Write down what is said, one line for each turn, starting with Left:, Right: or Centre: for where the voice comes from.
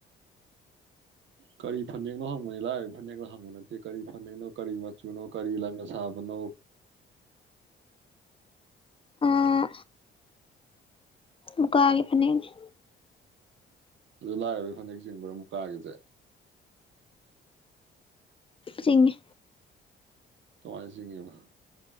Right: ꯀꯔꯤ ꯐꯅꯦꯛꯅꯣ ꯍꯪꯕꯅꯤ ꯂꯥꯏꯔꯕꯒꯤ ꯐꯅꯦꯛꯅꯣ ꯍꯪꯕ ꯅꯠꯇꯦ ꯀꯔꯤ ꯐꯅꯦꯛꯅꯣ ꯀꯔꯤ ꯃꯆꯨꯅꯣ ꯀꯔꯤ ꯂꯪꯅ ꯁꯥꯕꯅꯣ
Left: ꯑꯥ ꯃꯨꯀꯥꯒꯤ ꯐꯅꯦꯛꯅꯦ
Right: ꯑꯗꯨ ꯂꯥꯢꯔꯕꯒꯤ ꯐꯅꯦꯛ ꯆꯤꯡꯕ꯭ꯔꯥ ꯃꯨꯀꯥꯒꯤ ꯐꯅꯦꯛꯁꯦ
Left: ꯆꯤꯡꯉꯤ
Right: ꯀꯃꯥꯢꯅ ꯆꯤꯡꯉꯤꯕ